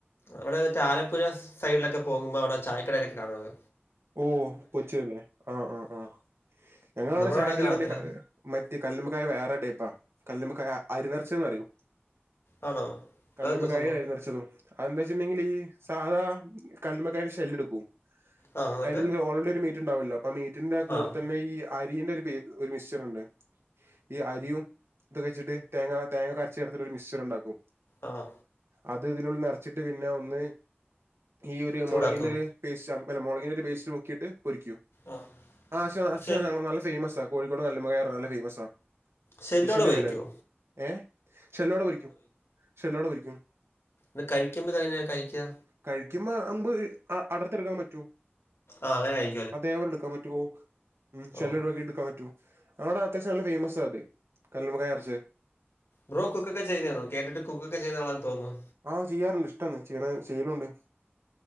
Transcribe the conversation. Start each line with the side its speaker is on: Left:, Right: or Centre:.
Left: അവിടെ മറ്റേ ആല പുരോ സൈഡിലൊക്ക പോകുമ്പോ അവിടെ ചായക്കടയിലൊക്കെ കാണുന്നത്.
Right: ഓഹ് പൊച്ചുല്ലേ ആ ആഹ് ആഹ് ഞങ്ങളവിടെ
Left: നമ്മുടെ
Right: ചായക്കടലന്റി
Left: അവിടെങ്ങും കാണത്തില്ല.
Right: ക മറ്റേ കല്ലുമക്കായ വേറെ ടൈപ്പാ കല്ല്മക്കായ അരി നിറച്ചെന്നറിയും
Left: ആണോ?
Right: കല്ലുമക്കായേം
Left: അതെന്താ സംഭവം?
Right: അരി നെർച്ചതും അതന്താച്ചിണ്ടെങ്കില് ഈ സാദാ കല്ലുമക്കായ്ന് ഷെല്ല്ടുക്കും
Left: ആഹ് എന്നിട്ട്?
Right: അയിനുള്ളി ഓൾറെഡി ഒരു മീറ്റ് ഉണ്ടാവല്ലോ അപ്പ ആ മീറ്റിന്റെ കൂടെ
Left: ആഹ്
Right: തന്നെ ഈ അരിയിന്റെ ഒരുപേക് ഒരുമിക്സ്ഡ്ണ്ട് ഈ അരിയും ഇത്ക്കെച്ചിട്ട് തേങ്ങ തേങ്ങക്കെ അരച്ചിട്ട് ചേർത്തിട്ട് ഒരു മിക്സചർ ഉണ്ടാക്കും
Left: ആഹാ
Right: അത് ഇതിനുള്ളി നെറച്ചിട്ട് പിന്നെ ഒന്ന് ഈ ഒരു
Left: ചൂടാക്കോ?
Right: മൊളകിന്റെ ഒരു പേസ്റ്റാ മൊളകി പേസ്റ്റ് മുക്കീട്ട് പൊരിക്കൂ
Left: ആഹ്.
Right: ആച്ഛ അച്ഛ
Left: ഷെൽ
Right: <unintelligible> ഫേയ്മസ കോഴിക്കോട് കല്ലുമകായ നല്ല ഫേയ്മസാ
Left: ഷെല്ലോടെ
Right: ദിഷിന്റെ
Left: പൊരിക്കോ?
Right: പേര് ഏ ഷെല്ലോടെ പരിക്കും ഷെല്ലോടെ പരിക്കും
Left: ത് കഴിക്കുമ്പോ തങ്ങനെയാ കഴിക്കാ
Right: കഴിക്കുമ്പോ അപ് അടർത്തെടുക്കാൻ പറ്റും
Left: ആഹ അതെയി
Right: അതേപോലെ ഇടുക്കാൻ പറ്റുവോ ഉം ചേലോല്
Left: ഓഹ്.
Right: വണ്ടി ഇടു പറ്റു അവിടെ അത്യാവശ്യം നല്ല ഫേയ്മസ് അത് കല്ലുമമകായനറച്ചത്
Left: ബ്രോ കുക്കൊക്കെ ചെയ്യന്നയാന്നൊ കേട്ട്ട്ട് കുക്കൊക്കെ ചെയ്യ്ന്ന ആളാന്ന് തോന്നുന്നു
Right: ആഹ് ചെയ്യാറുണ്ട് ഇഷ്ടാന്ന് ചെയ്യണ് ചെയ്യലുണ്ട്